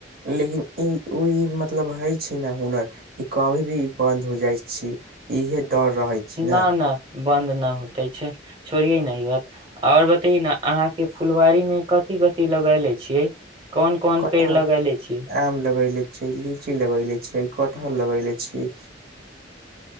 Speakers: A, on the right (about 55°); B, on the right (about 30°).
A: लेकिन ई ई ई मतलब हइ छी ने हुनर ई कभी भी बन्द हो जाइ छी इहे डर रहै छी
B: न
A: ने?
B: न बन्द ना होते छै, छोड़िये नै ई बात। और बताई ना अहाँ के फुलवाारी मे कथि कथि लगेले छियै? कोन कोन
A: कटहर,
B: पेड़ लगेले छी
A: आम लगेले छियै, लीची लगेले छियै, कटह हर लगेेले छियै,